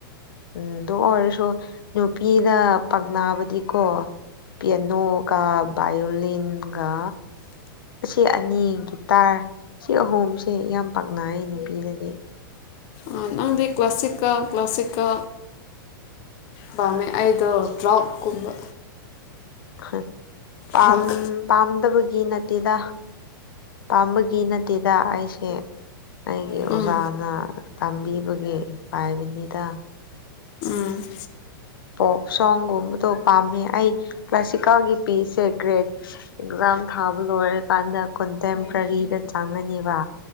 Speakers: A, on the left (about 70°); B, on the left (about 25°).
A: ꯎꯝ ꯑꯗꯨ ꯑꯣꯏꯔꯁꯨ ꯅꯨꯄꯤꯒ ꯄꯛꯅꯥꯕꯗꯤꯀꯣ ꯄꯤꯌꯥꯅꯣꯒ ꯕꯥꯌꯣꯂꯤꯟꯒ ꯑꯁꯤ ꯑꯅꯤ ꯒꯤꯇꯥꯔ ꯁꯤ ꯑꯍꯨꯝꯁꯦ ꯌꯥꯝ ꯄꯥꯛꯅꯩ ꯅꯨꯄꯤꯅꯗꯤ
B: ꯎꯝ ꯅꯪꯗꯤ ꯀ꯭ꯂꯥꯁꯤꯛ ꯀ ꯀ꯭ꯂꯥꯁꯤꯛꯀ ꯄꯥꯝꯃꯦ ꯑꯩꯗꯣ ꯗ꯭ꯔꯥꯎꯞ ꯀꯨꯝꯕ
A: ꯍꯥ ꯄꯥꯝ
B: ꯗ꯭ꯔꯛ
A: ꯄꯥꯝꯗꯕꯒꯤ ꯅꯠꯇꯦꯗ ꯄꯥꯝꯕꯒꯤ ꯅꯠꯇꯦꯗ ꯑꯩꯁꯦ ꯑꯩꯒꯤ
B: ꯎꯝ
A: ꯑꯣꯖꯥꯅ ꯇꯝꯕꯤꯕꯒꯤ ꯄꯥꯏꯕꯅꯤꯗ
B: ꯎꯝ
A: ꯄꯣꯞ ꯁꯣꯡꯒꯨꯝꯕꯗꯣ ꯄꯥꯝꯃꯦ ꯑꯩ ꯀ꯭ꯂꯥꯁꯤꯀꯦꯜꯒꯤ ꯄꯤꯁꯦ ꯒ꯭ꯔꯦꯠ ꯑꯦꯛꯖꯥꯝ ꯊꯥꯕ ꯂꯣꯏꯔꯀꯥꯟꯗ ꯀꯟꯇꯦꯝꯄꯔꯔꯤꯗ ꯆꯪꯉꯅꯦꯕ